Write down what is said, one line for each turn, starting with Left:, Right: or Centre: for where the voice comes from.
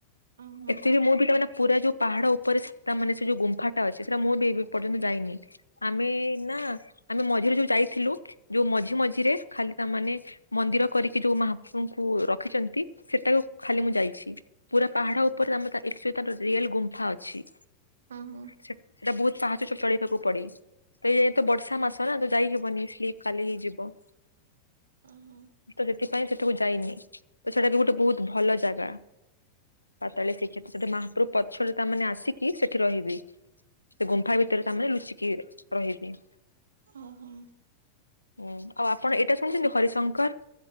Right: ଅ ହଁ
Left: ଏତେବି ବି ମୁଁ ବି ତା ମାନେ ପୁରା ଯୋଉ ପାହାଡ ଉପରେ ସେ ତା ମାନେ ସେ ଯୋଉ ଗୁମ୍ଫାଟା ଅଛି ସେଟା ମୁଁ ବି ଏବି ଏ ପର୍ଯ୍ୟନ୍ତ ଯାଇନି। ଆମେ ନା ଆମେ ମଝିରେ ଯୋଉ ଯାଇଥିଲୁ ଯୋଉ ମଝି ମଝିରେ ଖାଲି ତା ମାନେ ମନ୍ଦିର କରିକି ଯୋଉ ମହାପ୍ରଭୁଙ୍କୁ ରଖିଚନ୍ତି ସେଟାକୁ ଖାଲି ମୁଁ ଯାଇଛି ପୁରା ପାହାଡ ଉ ପରେ ଆମର ତା ଏକଚୋଲି ତାର ରିଏଲ ଗୁମ୍ଫା ଅଛି।
Right: ଉଁ ହୁଁ।
Left: ସେ ଏଟା ବୋହୁତ ପାହାଚ ଚ-ଚଢ଼ିବାକୁ ପଡେ। ତ ଏଇ ତ ବର୍ଷା ମାସ ନା ତ ଯାଇ ହେବନି ସ୍ଲିପ ଖାଲି ହେଇଯିବ।
Right: ଅଁହଁ।
Left: ତ ସେଥିପାଇଁ ସେଠାକୁ ଯାଇନି ତ ସେଟା ବି ଗୋଟେ ବୋହୁତ ଭଲ ଜାଗା। ପାତାଳୀ ଶ୍ରୀକ୍ଷେତ୍ ସେଠି ମହାପ୍ରଭୁ ପଛରେ ତା ମାନେ ଆସିକି ସେଠି ରହିବେ। ସେ ଗୁମ୍ଫା ଭିତରେ ତାମାନେ ଲୁଚିକି ରହିବି।
Right: ଅହଁ।
Left: ଉଁ ଆଉ ଆପଣ ଏଇଟା ଶୁଣିଚନ୍ତି ହରିଶଙ୍କର୍